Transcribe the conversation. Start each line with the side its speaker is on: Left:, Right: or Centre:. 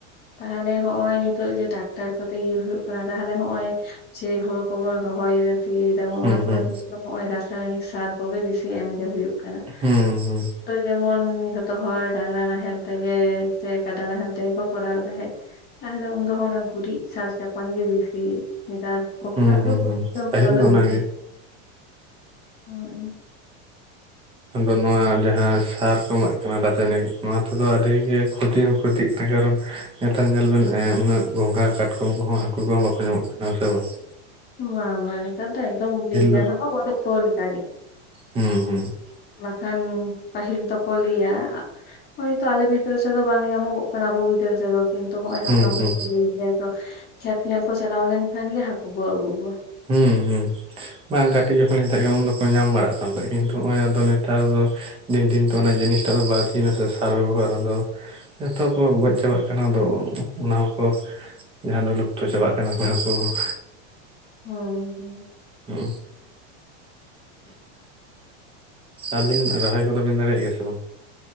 Left: ᱛᱟᱦᱚᱞᱮ ᱦᱚᱜᱼᱚᱭ ᱱᱤᱛᱚᱜ ᱡᱮ ᱴᱟᱠᱴᱟᱨ ᱠᱚᱛᱮ ᱤᱭᱟᱹ ᱦᱩᱭᱩᱜ ᱠᱟᱱᱟ ᱛᱟᱦᱚᱞᱮ ᱦᱚᱜᱼᱚᱭ ᱡᱮ ᱦᱳᱲᱳ ᱠᱚᱵᱚᱱ ᱨᱚᱦᱚᱭ ᱫᱟ, ᱥᱤᱭᱮᱫᱟ ᱵᱚᱱ
Right: ᱦᱩᱸ
Left: ᱚᱱᱟ ᱠᱚᱫᱚ
Right: ᱦᱩᱸ
Left: ᱱᱤᱛᱚᱜ ᱫᱚ ᱦᱚᱜᱼᱚᱭ ᱨᱟᱥᱟᱭᱚᱱᱤᱠ ᱥᱟᱨ ᱠᱚᱜᱮ ᱵᱤᱥᱤ ᱮᱢ ᱜᱮ ᱦᱩᱭᱩᱜ ᱠᱟᱱᱟ
Right: ᱦᱩᱸ
Left: ᱾
Right: ᱦᱩᱸ
Left: ᱛᱚ ᱡᱮᱢᱚᱱ ᱡᱷᱚᱛᱚ ᱦᱚᱲ ᱰᱟᱝᱨᱟ ᱱᱟᱦᱮᱞ ᱛᱮᱜᱮ ᱥᱮ ᱠᱟᱰᱟ ᱱᱟᱦᱮᱞ ᱛᱮᱜᱮ ᱠᱚ ᱠᱚᱨᱟᱣ ᱛᱟᱦᱮᱸᱜ, ᱛᱟᱦᱚᱞᱮ ᱩᱱ ᱫᱚ ᱦᱚᱸᱱᱟ ᱜᱩᱨᱤᱡ ᱥᱟᱨ ᱪᱟᱯᱟᱱ ᱜᱮ ᱵᱤᱥᱤ, ᱱᱮᱛᱟᱨ ᱠᱚ
Right: ᱦᱩᱸ
Left: ᱠᱷᱚᱱᱟᱜ
Right: ᱦᱩᱸ
Left: ᱫᱚ ᱜᱩᱨᱤᱡ
Right: ᱦᱩᱸ
Left: ᱫᱚ ᱩᱯᱠᱟᱨᱟ
Right: ᱯᱟᱹᱦᱤᱞ
Left: ᱫᱚ
Right: ᱚᱱᱟᱜᱮ
Left: ᱵᱤᱥᱤ <inaudible> ᱦᱩᱸ
Right: ᱟᱫᱚ ᱱᱚᱣᱟ ᱡᱟᱦᱟᱸ ᱥᱟᱨ ᱠᱚ ᱮᱢᱟᱜ ᱠᱟᱱᱟ ᱨᱟᱥᱟᱭᱱᱤᱠ ᱱᱚᱣᱟ ᱛᱮᱫᱚ ᱟᱹᱰᱤᱜᱮ ᱠᱷᱚᱛᱤ ᱦᱚᱸ <unintelligible> ᱠᱟᱨᱚᱱ ᱱᱮᱛᱟᱨ ᱧᱮᱞ ᱵᱮᱱ ᱮᱸ ᱩᱱᱟᱹᱜ ᱜᱚᱸᱜᱷᱟ ᱠᱟᱴᱠᱚᱢ ᱠᱚᱦᱚᱸ ᱦᱟᱹᱠᱩ ᱠᱚᱦᱚᱸ ᱵᱟᱠᱚ ᱧᱟᱢᱚᱜ ᱠᱟᱱᱟ ᱥᱮ ᱵᱟᱝ ᱾
Left: ᱵᱟᱝ ᱵᱟᱝ ᱱᱮᱛᱟᱨ ᱫᱚ ᱮᱠᱫᱚᱢ ᱞᱟᱹᱭ ᱜᱟᱱᱚᱜᱼᱟ
Right: ᱫᱚ
Left: ᱵᱟᱹᱱᱩᱜ ᱠᱚ ᱞᱮᱠᱟ ᱜᱮ ᱾
Right: ᱦᱩᱸ ᱦᱩᱸ ᱾
Left: ᱵᱟᱠᱷᱟᱱ ᱯᱟᱹᱦᱤᱞ ᱫᱚᱠᱚ ᱞᱮᱭᱟ ᱦᱳᱭ ᱛᱚ ᱟᱞᱮ ᱵᱤᱫᱟᱹᱞ ᱥᱮ ᱫᱚ ᱵᱟᱝ ᱧᱟᱢᱚᱜᱚᱜ ᱠᱟᱱᱟ ᱟᱵᱚ ᱵᱤᱫᱟᱹᱞ ᱛᱮ ᱫᱚ ᱾ ᱠᱤᱱᱛᱩ ᱦᱚᱜ ᱚᱭ
Right: ᱦᱩᱸ
Left: ᱦᱟᱯᱲᱟᱢ
Right: ᱦᱩᱸ
Left: ᱠᱚᱠᱚ ᱞᱮᱭ ᱜᱮᱭᱟ ᱛᱚ ᱠᱷᱮᱛ ᱧᱮᱞ ᱠᱚ ᱪᱟᱞᱟᱣ ᱞᱮᱱᱠᱷᱟᱱ ᱜᱮ ᱦᱟᱠᱩ ᱠᱚ ᱟᱹᱜᱩ ᱠᱚᱣᱟ ᱾
Right: ᱦᱩᱸ ᱦᱩᱸ ᱵᱟᱝ ᱠᱟᱹᱴᱤᱡ ᱡᱚᱠᱷᱚᱱ ᱞᱤᱧ ᱛᱟᱦᱮᱸ ᱠᱟᱱᱟ ᱩᱱ ᱫᱚᱠᱚ ᱧᱟᱢ ᱵᱟᱲᱟᱜ ᱠᱟᱱ ᱛᱟᱦᱮᱸᱜ, ᱠᱤᱱᱛᱩ ᱦᱚᱜᱼᱚᱭ ᱟᱫᱚ ᱱᱮᱛᱟᱨ ᱫᱚ ᱫᱤᱱ ᱫᱤᱱ ᱛᱮ ᱚᱱᱟ ᱡᱤᱱᱤᱥᱴᱟᱜ ᱫᱚ ᱵᱟᱲᱛᱤᱭ ᱱᱟᱥᱮ ᱥᱟᱨ ᱵᱮᱵᱚᱦᱟᱨ, ᱟᱫᱚ ᱡᱚᱛᱚ ᱠᱚ ᱜᱚᱡ ᱪᱟᱵᱟᱜ ᱠᱟᱱᱟ ᱟᱫᱚ ᱚᱱᱟ ᱦᱚᱸᱠᱚ ᱡᱟᱦᱟᱸ ᱫᱚ ᱞᱩᱯᱛᱚ ᱪᱟᱵᱟᱜ ᱠᱟᱱᱟ ᱠᱚ ᱦᱟᱠᱩ ᱦᱚᱸ
Left: ᱦᱩᱸᱦᱩᱸ
Right: ᱦᱩᱸ ᱟᱹᱵᱤᱱ ᱨᱚᱦᱚᱭ ᱠᱚᱫᱚ ᱵᱤᱱ ᱫᱟᱲᱮᱭᱟᱜ ᱜᱮᱭᱟ ᱥᱮ ᱵᱟᱝ?